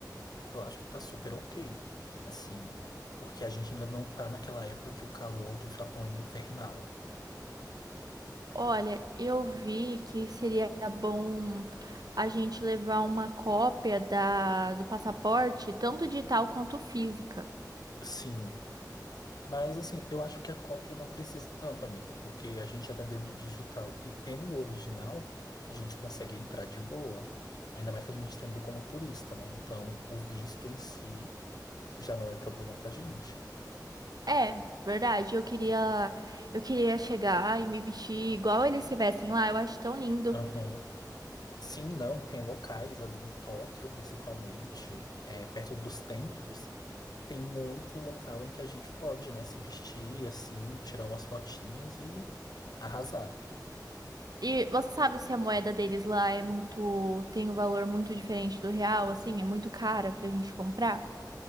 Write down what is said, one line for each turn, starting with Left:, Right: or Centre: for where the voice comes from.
Left: Eu acho que tá super ok. Assim, porque a gente ainda não tá naquela época que o calor do Japão é infernal.
Right: Olha, eu vi que seria bom a gente levar uma cópia da, do passaporte, tanto digital quanto física.
Left: Sim, mas assim, eu acho que a cópia não precisa tanto, amiga, porque a gente já tendo ele digital e tendo o original, a gente consegue entrar de boa. Ainda mais que a gente está indo como turista, né? Então, o visto em si já não é problema pra gente.
Right: É, verdade. Eu queria, eu queria chegar e me vestir igual eles se vestem lá. Eu acho tão lindo.
Left: Aham. Sim, não, tem locais ali em Tóquio, principalmente, é, perto dos templos, tem muito local em que a gente pode, né, se vestir assim, tirar umas fotinhas e arrasar.
Right: E você sabe se a moeda deles lá é muito, tem um valor muito diferente do real, assim, é muito cara pra gente comprar?